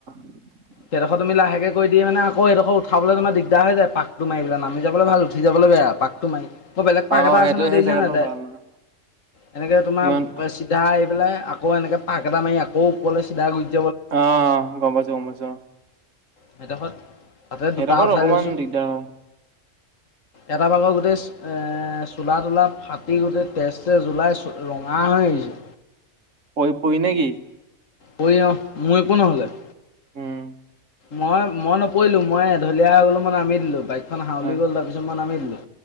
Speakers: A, on the right (about 75°); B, on the left (about 80°).
A: <inaudible>
B: সেইডখৰ তুমি লাহে কৰি দি মানে আকৌ এইডোখৰ উঠাব তোমাৰ দিগদাৰ পাকতটো মাৰি পেলাই নাম যাবলৈ ভাল উঠিযাবলৈ বেয়া পাক পাক টো মাৰি আকৌ বেলেগ পাক
A: অ
B: এটা
A: সেইটোৱে
B: আছে
A: সেই
B: দেখিছানে
A: জেগাটো
B: নাই ত
A: ভাল নহয়
B: এনেকে তোমাৰ
A: ইমান
B: চিধা আহ পেলাই আকৌ এনেকে পাক এটা মাৰি আকৌ ওপৰলৈ চিধা গো
A: অ' গ'ম পাইছোঁ, গ'ম পাইছোঁ।
B: সেইডোখৰত তাতে
A: সেইডোখৰত
B: দুটা ওঠাই
A: অকমান
B: লৈছোঁ।
A: দিগদাৰ
B: এটা ভাগৰ গোটেই এ চোলা তোলা ফাত ফাতি গোটেই তেজে ওলাই ৰঙা হৈ আহিছে।
A: প পৰি নেকি।
B: পৰি অ' মোৰ একো নহ'লে।
A: উম।
B: মই মই নপৰিলোঁ, মই এঢলীয়া হৈ গ'লো মই নামি দিলোঁ। বাইকখন হাউলি
A: আহ
B: গ'ল তাৰপিছত মাই নামি দিলোঁ।